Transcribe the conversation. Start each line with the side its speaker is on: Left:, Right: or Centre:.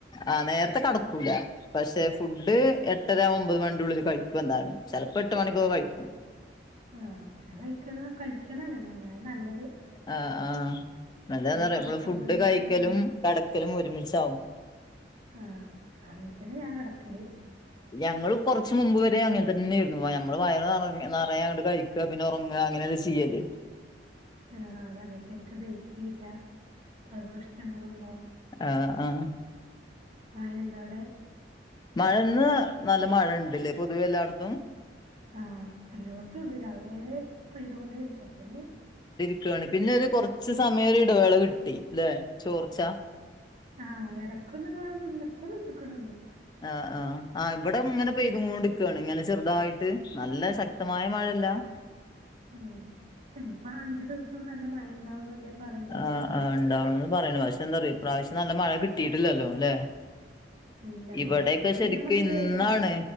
Left: ആഹ് നേരത്തെ കടക്കൂല. പക്ഷെ ഫുഡ് എട്ടര ഒമ്പത് മണി ടോള്ളില് കഴിക്കും എന്തായാലും ചെലപ്പോ എട്ട് മണിക്കൊക്കെ കഴിക്കും.
Right: ആഹ് അങ്ങനെ കഴിക്ക കഴിക്കണങ്ങനെ അങ്ങനെ നല്ലത്.
Left: ആ ആഹ് എന്താനറിയോ
Right: കെടക്കുന്നതിന്
Left: നമ്മള് ഫുഡ് കഴിക്കലും
Right: മുന്നേ ആഹ്
Left: കിടക്കലും ഒരുമിച്ചാവും.
Right: ആഹ് അങ്ങൻത്തന്നെ ഞാ കടക്കല്.
Left: ഞങ്ങള് കുറച്ച് മുമ്പ് വരെ അങ്ങനെ തന്നെയായിരുന്നു ഞമ്മള് വയറ് നിറയ അങ്ങോട്ട് കഴിക്ക ക പിന്നെ ഒറങ്ങ പിന്നെ അങ്ങനല്ലെ ചെയ്യല്.
Right: ആ അതാണെയ് ശരിക്ക് ദഹിക്കൂല്ല പല പ്രശ്നങ്ങളൂണ്ടാവും.
Left: അ ആഹ്
Right: മഴണ്ടൊവടെ.
Left: മഴ ന്ന് നല്ല മഴുണ്ടല്ലേ പൊതുവെ എല്ലായിടത്തും.
Right: ആഹ് എല്ലോട്ത്തൂണ്ട് രാവിലെ പെയ്തുകൊണ്ടേയിരിക്ക. പ്പോന്ന്
Left: ണ്ട്ടാ പിന്നെ ഒരു കൊറച്ച് സമയം ഒരു ഇടവേള കിട്ടി ല്ലെ ചോർച്ച.
Right: ആഹ് എടക്കൊന്ന് ങ്ങെന നിന്ന് ഇപ്പൊ നിന്ന്ക്ക്ണ്.
Left: ആഹ് ആഹ് ആ ഇവിടെങ്ങനെ പെയ്തുകൊണ്ട്ക്കാണ് ങ്ങനെ ചെറുതായിട്ട് നല്ല ശക്തമായ മഴല്ല. ആഹ്
Right: ം ഇഞിപ്പ ആ അഞ്ചു ദിവസം നല്ല മഴ ഉണ്ടാവുന്നല്ലേ പറയുന്നത്.
Left: ആഹ് ആഹ് ഉണ്ടാവണന്ന് പറയുന്നു പക്ഷെ എന്താ പറയയാ ഇ പ്ര്രാവശ്യം നല്ല മഴ കിട്ടിയിട്ടില്ലല്ലോ അല്ലെ?
Right: ഇല്ല
Left: ഇവിടെക്കെ
Right: മഴ ഇപ്പൊ
Left: ശരിക്ക്
Right: പിന്നെ നമ്മക്ക്
Left: ഇന്നാണ്.
Right: വെയിലാ.